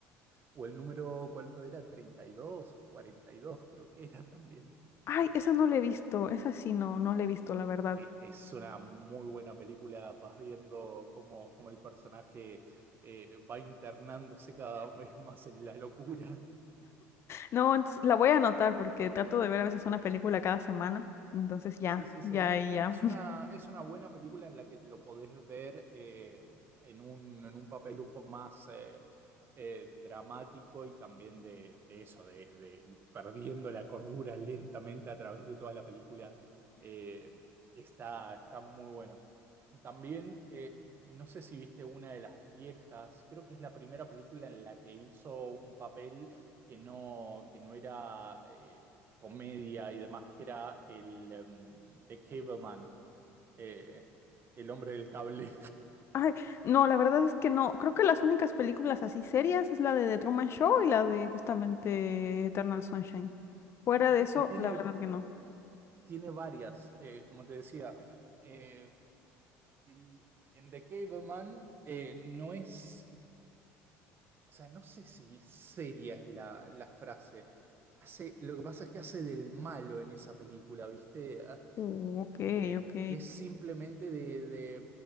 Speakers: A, on the right; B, on the left.
A: O el número, ¿cuánto era? 32 o 42 creo que era también.
B: Ay, esa no la he visto, esa sí no, no la he visto, la verdad.
A: e- Es una muy buena película, vas viendo cómo, cómo el personaje eh, va internándose cada vez más en la locura
B: No, entonces la voy a anotar porque trato de ver a veces una película cada semana, entonces ya,
A: Sí, sí,
B: ya,
A: sí. E-
B: y ya.
A: Es una, es una buena película en la que lo podés ver eh, en un, en un papel un poco más eh, eh, dramático y también de, de eso, de, de perdiendo la cordura lentamente a través de toda la película. Eh, está, está muy bueno. También, eh, no sé si viste una de las viejas, creo que es la primera película en la que hizo un papel que no, que no era eh, comedia y demás, que era el em, The Cableman, eh, el hombre del cable.
B: Ay, no, la verdad es que no. Creo que las únicas películas así serias es la de The Truman Show y la de justamente Eternal Sunshine. Fuera
A: <laughs>
B: de
A: Ti-
B: eso,
A: Tiene,
B: la verdad que no.
A: tiene varias, eh, como te decía. Eh, en, en The Cableman eh, no es, o sea, no sé si seria es la, la frase. Hace, lo que pasa es que hace del malo en esa película, ¿viste? Ah,
B: Uh, ok,
A: eh,
B: ok.
A: es simplemente de, de,